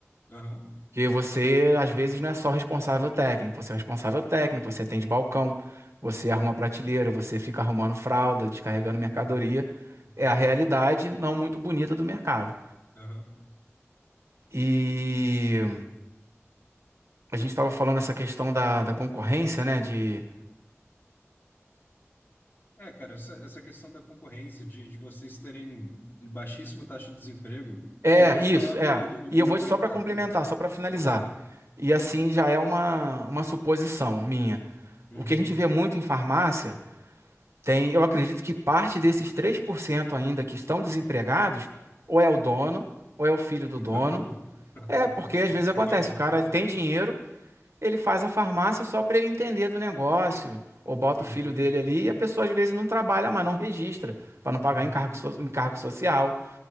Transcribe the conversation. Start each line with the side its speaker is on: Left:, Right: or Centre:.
Left: Aham.
Right: porque você às vezes não é só responsável técnico, você é responsável técnico, você atende balcão, você arruma prateleira, você fica arrumando fralda, descarregando mercadoria.
Left: Hum, Entendi.
Right: É a realidade não muito bonita do mercado.
Left: Aham.
Right: E a gente estava falando essa questão da, da concorrência, né? De...
Left: É, cara, essa, essa questão da concorrência, de, de vocês terem baixíssima taxa de desemprego,
Right: É,
Left: eu vou te
Right: isso,
Left: falar do,
Right: é.
Left: do, do do
Right: E eu
Left: meu
Right: vou só
Left: mercado.
Right: para complementar,
Left: Opa,
Right: só para finalizar.
Left: manda lá.
Right: E assim já é uma, uma suposição minha.
Left: Uhum.
Right: O que a gente vê muito em farmácia tem, eu acredito que parte desses 3% ainda que estão desempregados, ou é o dono, ou é o filho do
Left: <laughs>
Right: dono. É, porque às vezes acontece,
Left: Entendi.
Right: o cara ele tem dinheiro, ele faz a farmácia só para ele entender do negócio, ou bota
Left: Uhum,
Right: o filho dele ali e a pessoa às vezes não trabalha, mas não registra, para não pagar
Left: uhum,
Right: encargo, so- encargo social